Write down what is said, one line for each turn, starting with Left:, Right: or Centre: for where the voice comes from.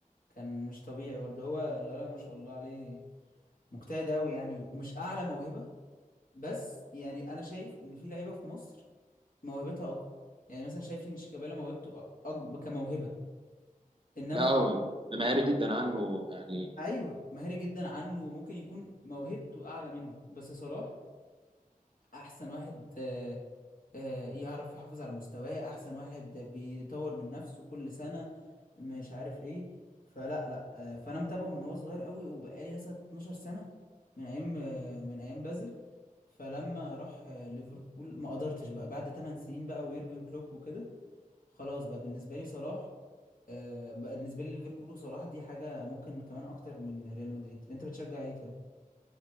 Left: كان مش طبيعي برضه هو الولد ما شاء الله عليه مجتهد قوي يعني مش اعلى موهبة بس يعني انا شايف ان في لعيبة في مصر موهبتها اقوى يعني مثلا شايف ان شيكابالا موهبته أ- أكبر كموهبة انما
Right: لا هو ده مهاري جدا عنه يعني
Left: ايوه مهاري جدا عنه وممكن يكون موهبته اعلى منه بس صلاح احسن واحد آه، آه، يعرف يحافظ على مستواه احسن واحد بيطور من نفسه كل سنة مش عارف ايه فلا لا آه، فانا متابعه من وهو صغير قوي وبقالي مثلا 12 سنة من ايام آه، من ايام بازل فلما راح آه، ليفربول ما قدرتش بقى بعد 8 سنين بقى ويورجن كلوب وكده خلاص بقى بالنسبة لي صلاح آه، بقى بالنسبة لي ليفربول وصلاح دي حاجة ممكن كمان اكتر من ريال مدريد انت بتشجع ايه طيب